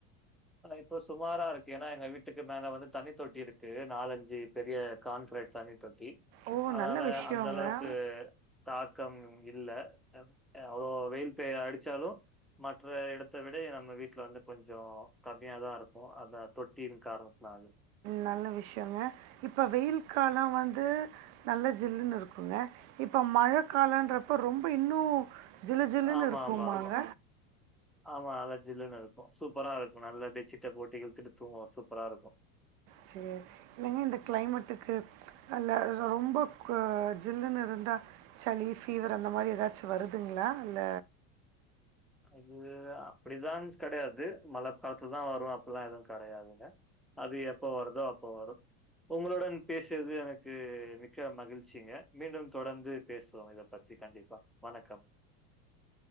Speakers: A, in the centre; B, on the right (about 60°).
A: ஆனா இப்போ சுமாரா இருக்கு ஏனா எங்க வீட்டுக்கு மேல வந்து தண்ணி தொட்டி இருக்கு நாலஞ்சு பெரிய கான்கிரீட் தண்ணி தொட்டி
B: ஓ
A: அதனால
B: நல்ல விஷயங்க
A: அந்த அளவுக்கு தாக்கம் இல்ல அ அவ்ளோ வெயில் பே அடிச்சாலு மற்ற எடத்த விட நம்ம வீட்ல வந்து கொஞ்சோ கம்மியாதா இருக்கு அந்த தொட்டியின் காரணத்னால்
B: நல்ல விஷ்யோங்க இப்ப வெயில் காலோ வந்து நல்ல ஜில்லுன்னு இருக்குங்க இப்ப மழ காலன்றப்ப ரொம்ப இன்னு ஜிலு ஜிலுனு
A: ஆமா
B: இருக்கும்பாங்க
A: ஆமா ஆமா ஆமா நல்ல ஜில்லுனு இருக்கு சூப்பரா இருக்கு நல்லா பெட்ஷீட் போட்டு இழுத்துட்டு தூங்கலா சூப்பரா இருக்கு
B: செரி இல்லைங்க இந்த கிளைமேட்டுக்கு அல்ல ரொம்ப க ஜில்லுன்னு இருந்தா சளி ஃபீவர் அந்த மாரி ஏதாச்சு வருதுங்ளா இல்ல
A: அது அப்டிதான் கெடையாது மழ காலத்துல தா வரு அப்பில்லா எதுவு கெடையாதுங்க அது எப்ப வருதோ அப்போ வரு உங்களுடன் பேசியது எனக்கு மிக்க மகிழ்ச்சிங்க மீண்டும் தொடர்ந்து பேசுவோ இத பத் தி கண்டிப்பா வணக்கம்